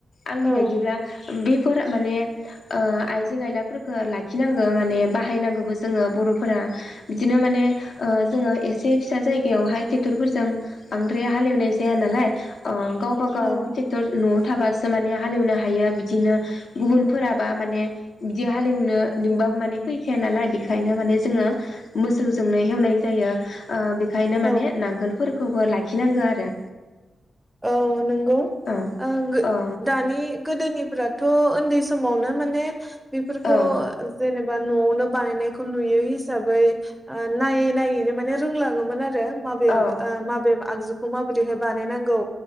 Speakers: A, on the left; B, in the centre.
A: आंनि
B: औ
A: बायदिब्ला बेफोर माने ओ आइजें आयलाफोरखो लाखिनांगो माने बाहायनांगौबो जोङो बर'फोरा बिदिनो माने ओ जोङो एसे फिसा जायगायावहाय ट्रेक्टरफोरजों बांद्राय हालेवनाय जाया नालाय ओ गावबा गाव
B: औ
A: ट्रेक्टर न'आव थाबा सो माने हालेवनो हायो बिदिनो गुबुनफोराबा माने बिदि हालेवनो लिंबाबो माने फैखाया नालाय बेखायनो माने जोङो मोसौजोंनो हेवनाय जायो ओ बेखायनो माने
B: औ
A: नांगोलफोरखौबो लाखिनांगो आरो
B: औ नंगौ
A: औ
B: ओ
A: औ
B: दानि गोदोनिफ्राथ उन्दै समावनो माने बेफोरखौ
A: औ
B: जेनेबा नआवनो बानायनायखौ नुयो हि साबै ओ नायै नायैनो माने रोंलाङोमोन आरो। <unintelligible> माबे
A: औ
B: ओ माबे आगजु खौ माबोरैहाय बानायनांगौ।